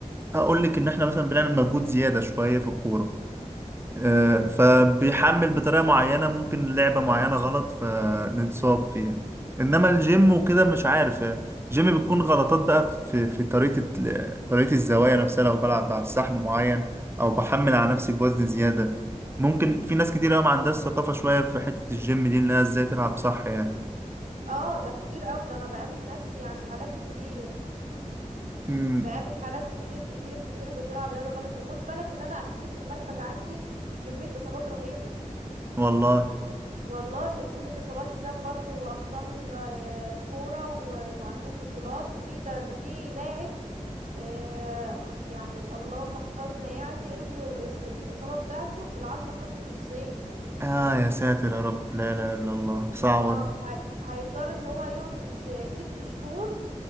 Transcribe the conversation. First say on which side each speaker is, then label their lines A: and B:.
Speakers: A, on the right; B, on the right.
A: اقول لك ان احنا مثلا بنعمل مجهود زيادة شوية في الكورة آه، فبيحمل بطريقة معينة ممكن لعبة معينة غلط فنتصاب فيها انما الجيم وكده مش عارف آه، الجيم بتكون غلطات بقى في في طريقة ال- طريقة الزوايا نفسها لو بلعب على سحب معين او بحمل على نفسي بوزن زيادة ممكن في ناس كتير قوي ما عندهاش ثقافة شوية في حتة الجيم دي انها ازاي تلعب صح يعني
B: اه ده كتير قوي ده انا بقابل ناس يعني حالات كتير
A: امم
B: بقابل حالات كتير كتير كتير بتلعب رياضه غلط وخد بالك ان انا قابلت في المركز عندي كميه اصابات رهيبه
A: والله
B: والله كمية إصابات بسبب برضو أبطال آه، كورة و- وعندهم بطولات وفي ده إن في لاعب آه، يعني اللهم احفظنا يعني رجله إص- الإصابة بتاعته العظمة اتكسرت نصين
A: آه يا ساتر يا رب لا إله إلا الله صعبة
B: اه
A: دي
B: فهي- هيضطر ان هو يقعد س- ست شهور